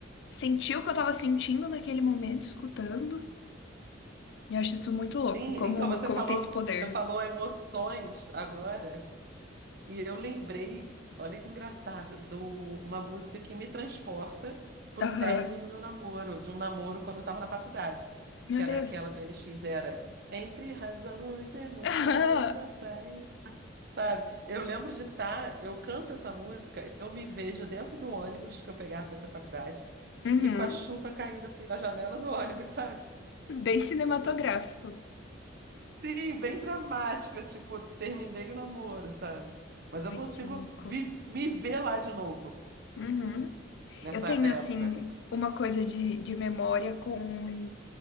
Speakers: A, on the left; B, on the right.
A: sentir o que eu tava sentindo naquele momento, escutando. E eu acho isso muito louco,
B: Sim,
A: como,
B: então você
A: como
B: falou,
A: tem esse poder.
B: você falou emoções agora. E eu lembrei, olha que engraçado, de uma música que me transporta pro
A: Aham.
B: término do meu namoro, de um namoro quando eu tava na faculdade,
A: Meu
B: que era
A: Deus.
B: aquela do N X era Entre razões, emoções,
A: <laughs>
B: açaí, sabe? Eu lembro de estar, eu canto essa música, eu me vejo dentro do ônibus que eu pegava pra ir pra faculdade
A: Aham.
B: e com a
A: Uhum.
B: chuva caindo assim na janela do ônibus, <laughs> sabe?
A: Bem cinematográfico.
B: Sim, bem dramática, tipo, terminei o namoro, sabe? Mas eu
A: Ai,
B: consigo
A: que louco.
B: vi- me ver lá de novo.
A: Uhum.
B: nessa
A: Eu tenho,
B: época.
A: assim, uma coisa de, de memória com